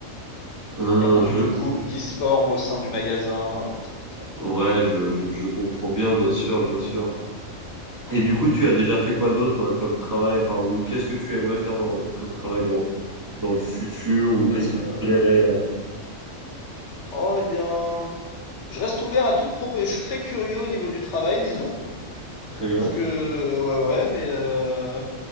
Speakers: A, on the right; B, on the left.
A: Hein,
B: il y a beaucoup
A: je,
B: de couples qui se forment au sein du magasin, heu, tout ça, tout ça, quoi.
A: ouais, je, je, je comprends bien, bien sûr, bien sûr. Et du coup, tu as déjà fait quoi d'autre euh, comme travail, enfin, ou qu'est-ce que tu aimerais faire dans, comme travail dans, dans le futur, ou
B: Heu
A: qu'est-ce qui te plairait?
B: Oh, eh bien, je reste ouvert à toute proposition. Je suis très curieux au niveau du travail, disons.
A: Très bien.
B: Tout ce que, ouais, ouais, mais euh...